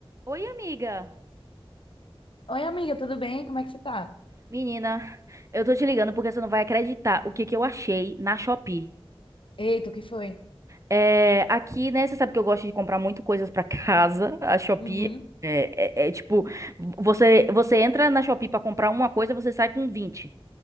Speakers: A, on the right; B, on the left.
A: Oi, amiga.
B: Oi, amiga, tudo bem? Como é que você tá?
A: Menina, eu tô te ligando porque você não vai acreditar o que que eu achei na Shopee.
B: Eita, o que foi?
A: É, aqui, né, você sabe que eu gosto de comprar muito coisas pra <laughs> casa. A Shopee
B: Uhum,
A: é, é- é tipo, você você entra na Shopee pra comprar uma coisa, você sai com vinte.